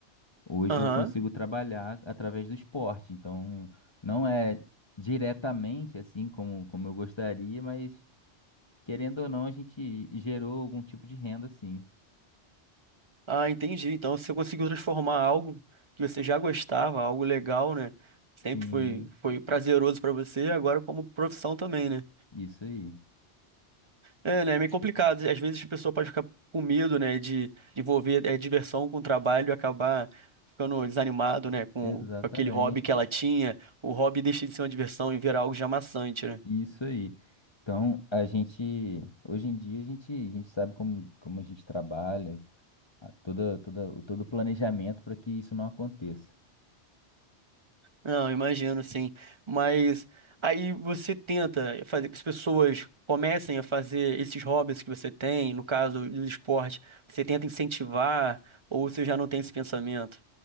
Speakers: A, on the left; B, on the right.
A: hoje
B: Aham.
A: eu consigo trabalhar através do esporte. Então, não é diretamente assim como, como eu gostaria, mas querendo ou não, a gente gerou algum tipo de renda, sim.
B: Ah, entendi. Então você conseguiu transformar algo que você já gostava, algo legal, né? Sempre
A: Sim,
B: foi, foi prazeroso pra você, agora como profissão também, né?
A: isso aí.
B: É, né? É meio complicado. Às vezes a pessoa pode ficar com medo, né, de envolver é, diversão com trabalho e acabar ficando desanimado, né, com
A: Exatamente.
B: aquele hobby que ela tinha. O hobby deixa de ser uma diversão e virar algo já maçante, né?
A: Isso aí. Então, a gente, hoje em dia, a gente, a gente sabe como, como a gente trabalha, a- toda, toda, o- todo o planejamento para que isso não aconteça.
B: Não, imagino, sim. Mas aí você tenta fazer que as pessoas comecem a fazer esses hobbies que você tem, no caso do esporte, você tenta incentivar ou você já não tem esse pensamento?